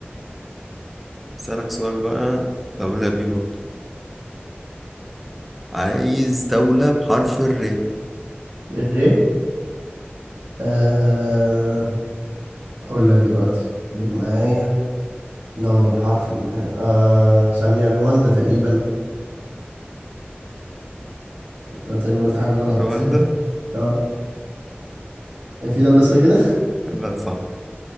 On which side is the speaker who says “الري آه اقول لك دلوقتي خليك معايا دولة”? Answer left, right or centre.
Right